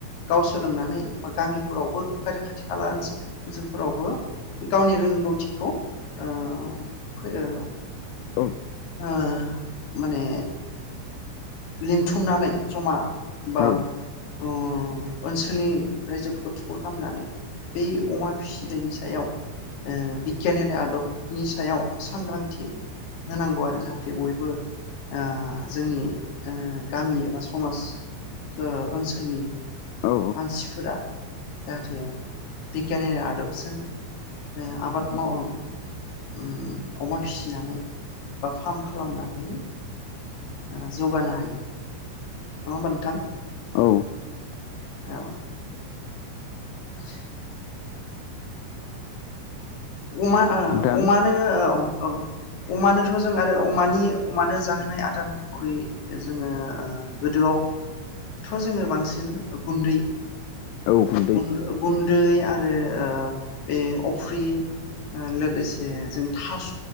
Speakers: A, on the left; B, on the left.
A: गाव सोलोंनानै गामिफोरावबो आरो खाथि खाला ओनसो-ओनसोलफोरावबो गावनि रोंगौथिखौ ओ फो ओ
B: ओं
A: ओम माने लिंथुमनानै जमा बाम
B: औ
A: उम ओनसो बै रायजोफोरखौ थुुबुर खालामनानै बै अमा फिसिनायनि सायाव ओ बिगियानयारि आदबनि सायाव सांग्रांथि होनांगौ आरो जाहाथे बयबो आ जोंनि ओ गामि एबा समाज ओ ओनसो सोलनि
B: औ
A: मानसिफोरा जाहाथे बिगियानारि आदबजों ओ आबाद माव उम अमा फिसिनानै बा फार्म खालामनानै आ जौगानो हायो नङा होनबा नोंथां
B: औ
A: औ <inaudible> अमा
B: नोंथां
A: ओ अमानो औ औ अमानोथ जों आरो अमानि अमानो जाहोनाय आदार महरै जोङो ओ गोदोआवथ जोङो बांसिन गुन्दै
B: औ गुन्दै
A: गु-गुन्दै आरो ओ बे अफ्रि ओ लोगोसे जों थास